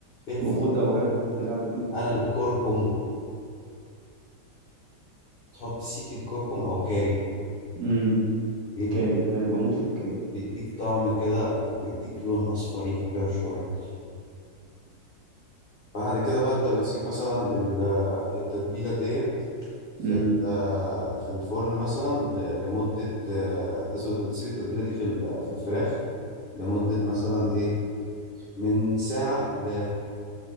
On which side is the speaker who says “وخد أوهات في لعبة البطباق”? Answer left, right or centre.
Right